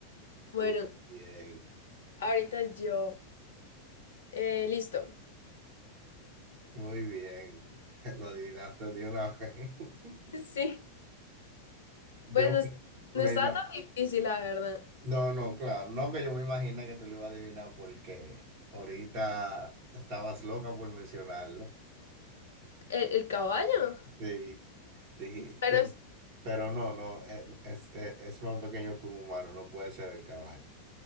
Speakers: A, on the left; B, on the right.
A: Bueno,
B: Muy bien.
A: ahorita yo. Eh, listo.
B: Muy bien, <laughs> lo adivinaste de una vez. <laughs>
A: <laughs> Sí.
B: Yo
A: Pues no, es-
B: me
A: no estaba
B: ima-
A: tan difícil, la verdad.
B: No, no, claro, no que yo me imagina que tú lo ibas a adivinar porque ahorita estabas loca por mencionarlo.
A: El, el caballo.
B: Sí, dijiste,
A: Pero
B: pero no, no, eh, es, eh, es más pequeño que un humano, no puede ser el caballo.